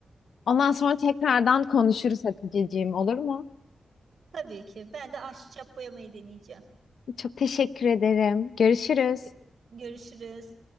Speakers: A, on the left; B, on the right.
A: Ondan sonra tekrardan konuşuruz Hatice'ciğim, olur mu?
B: Tabii ki ben de ahşap boyamayı deneyeceğim.
A: Çok teşekkür ederim. Görüşürüz.
B: Gö- Görüşürüz.